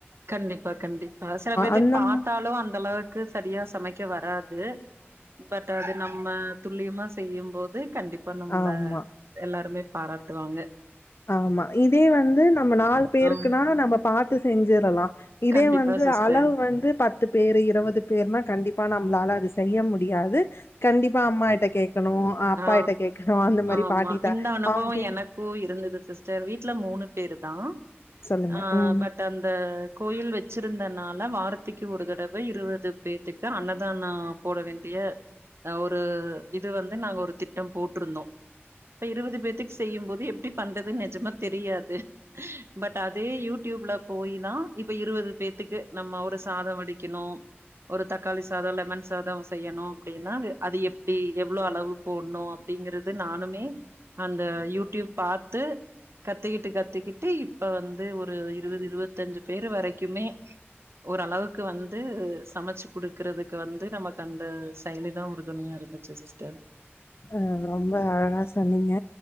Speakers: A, on the right (about 70°); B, on the left (about 65°).
A: கண்டிப்பா கண்டிப்பா சில பேத்த
B: அந்த
A: பாத்தாலு
B: ம்,
A: அந்த அளவுக் க்கு சரியாஸ் சமைக்க வராது பட் அது நம்ம துல்லியமா செய்யும்போத் கண்டிப்பா நம்மள
B: ஆமா
A: எல்லாருமே பாராட்டுவாங்க
B: ஆமா இதே வந்து நம்ம நாலு பேருக்குனா
A: ஆ
B: நம்ம பாத்து செஞ்சிடுலா இதே
A: கண்டிப்பா
B: வந்து
A: சிஸ்டர்
B: அளவு வந்து பத்து பேரு இருபது பேர்னா கண்டிப்பா நா நம்மளால அது செய்ய முடியாது கண்டிப்பா அம்மாகிட்ட கேக்கணு அ அப்பாகிட்ட
A: ஆ
B: கேக்கணு அந்த மாரி
A: ஆமா
B: பாட்டி தா
A: இந்த அனுபவோ
B: அவுங்க கேட்டு
A: எனக்கு <unintelligible> வீட்ல மூணு பேருதா
B: சொல்லுங்க.
A: ஆ
B: ம்.
A: பட் அந்த கோயில் வச் வச்சிருந்தனால வாரத்திக்கி ஒரு தடவ் வை இருபத் <inaudible> பேத்துக்கு அன்னதானோ போட வேண்டிய ஆ ஒரு இது வந்து நாங்க ஒரு திட்டம் போட்ருந்தோ இப்ப இருபது பேத்துக்கு செய்யும்போது எப்டி பண்றதுன்னு நெஜமா தெரியாது பட் அதே யூடிப்ல போயிதா இப்ப இருபது பேத்துக்கு நம்ம ஒரு சாதம் வடிக்கணு ஒரு தக்காளி சாதோ லெமன் சாதோ செய்யணு அப்டின் ன்னா அது அது எப்டி எவ்ளவு அளவு போட்ணு அப்டிங்கிறது நானுமே அந்த யூடிப் பாத்து கத்துக்கிட்டு-கத்துக்கிட்டு இப்ப வந்து ஒரு இருபது இருபத்தஞ்சு பேரு வரைக்குமே ஒரு அளவுக்கு வந்து சமைச்சு குடுக்கறதுக்கு வந்து நமக்கு அந்த <inaudible> தா உறுதுணையா இருந்துச்சு சிஸ்டர்
B: ஆ ரொம்ப அழகா சொன்னீங்க